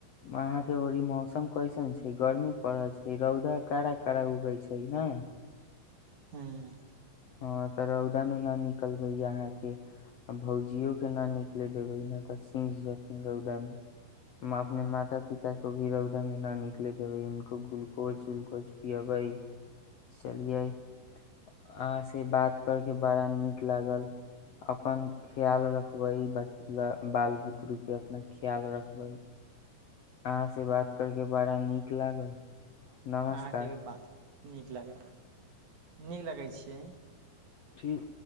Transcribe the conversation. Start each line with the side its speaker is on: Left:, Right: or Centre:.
Left: अहाँ के ओड़ी मौसम कैसन छै गर्मी पड़ल छै रौदा कड़ा कड़ा उगै छै ने
Right: हँ
Left: ह तऽ रौदा मे न निकलबै य अहाँ के भौजियो के ना निकले देबे ने तऽ रौदा मे अपने माता पिता को भी रौदा मे ना निकले देबै उनको ग्लूकोज उलकोज पियबै चलियै अहाँसँ बात करके बड़ा नीक लागल अपन ख्याल रखबै बच बाल बुतरूके अपना ख्याल रखबै अहाँ से बात करके बड़ा नीक लागल नमस्कार
Right: अहाँक अभी बात नीक लागल नीक लगै छियै
Left: ठीक